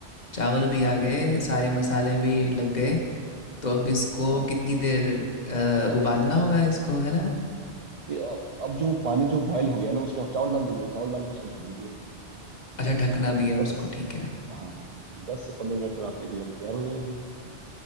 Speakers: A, on the left; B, on the right.
A: चावल भी आ
B: हाँ
A: गए सारे मसाले भी
B: जी
A: लग
B: जी
A: गए तो अब इसको
B: हाँ
A: कितनी देर अ, उबालना होगा इसको है ना
B: नहीं अब अब जो पानी जो बॉयल हो गया ना उसमें आप चावल डाल दीजिए चावल डाल के उसको ढक दीजिए
A: अच्छा ढकना
B: और
A: भी है उसको
B: दस
A: ठीक है
B: हाँ दस से पंद्रह मिनट में आपकी बिरयानी तैयार हो जाएगी